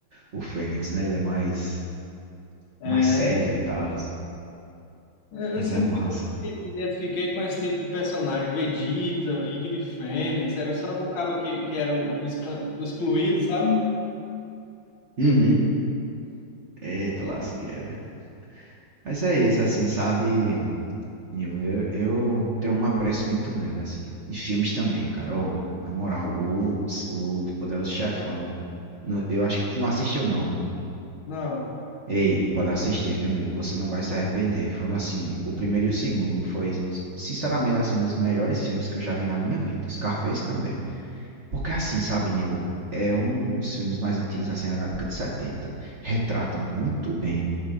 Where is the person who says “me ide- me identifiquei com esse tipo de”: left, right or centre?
Left